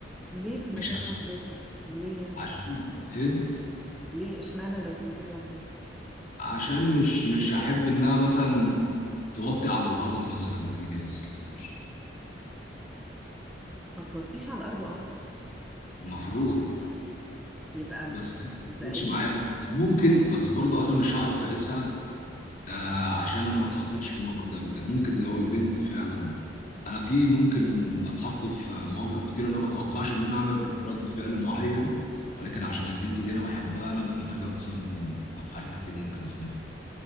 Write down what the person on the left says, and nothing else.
مش
عشان
عشان ايه
عشان مش مش احب انها مثلا توطي على الارض مثلا وفي ناس كتير
المفروض
بس ما
حصلتش
معايا قبل كده. ممكن بس برضو انا مش هعرف اقيسها آه عشان انا ما اتحطيتش في الموقف ده قبل كده ممكن لو البنت فعلا انا في ممكن اتحط في مواقف كتير انا ما اتوقعش ان انا اعمل رد فعل معين ولكن عشان البنت دي انا بحبها انا بتفاجئ مثلا من افعال كتير ممكن اعملها